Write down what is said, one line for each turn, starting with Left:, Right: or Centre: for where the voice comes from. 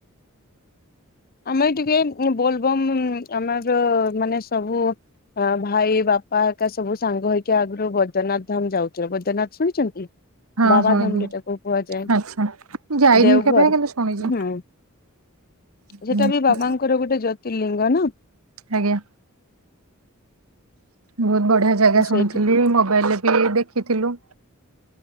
Left: ଆମେ ଟିକେ ବୋଲବମ୍ ଆମାଜ ମାନେ ସବୁ ଭାଇ ବାପା ଏକା ସବୁ ସାଙ୍ଗ ହେଇକି ଆଗରୁ ବୈଦନାଥ ଧାମ ଯାଉ। ଜୟ ବଦ୍ରନାଥ ଶୁଣିଚନ୍ତି?
Right: ହଁ
Left: ବାବା
Right: ଶୁଣିଛି
Left: ଧାମଲିଟା କୁ କୁହାଯାଏ
Right: ଆଚ୍ଛା। ଯାଇନି
Left: ଦେଓଗଡ଼।
Right: କେବେ କିନ୍ତୁ ଶୁଣିଛି
Left: ହୁଁ।
Right: ହୁଁ,
Left: ସେଟା ବି ବାବାଙ୍କର ଗୋଟେ ଜ୍ୟୋତିର୍ଲିଙ୍ଗ ନା?
Right: ଆଜ୍ଞା। ବହୁତ ବଢିଆ ଜାଗା ଶୁଣିଥିଲି
Left: ସେଇଠି
Right: ମୋବାଇଲ ରେ ବି ଦେଖିଥିଲୁ।